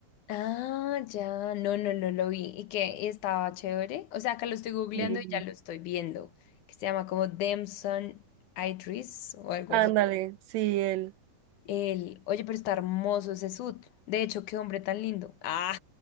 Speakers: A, on the left (about 80°); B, on the right (about 80°).
A: Ah, ya, no, no, no lo vi. ¿Y que ¿Y estaba chévere? O sea, acá lo estoy googleando
B: y
A: y ya lo estoy viendo. Que se llama como Damson Idris o algo
B: Ándale,
A: así.
B: sí, él.
A: El, oye, pero está hermoso ese sud. De hecho, qué hombre tan lindo. Ah,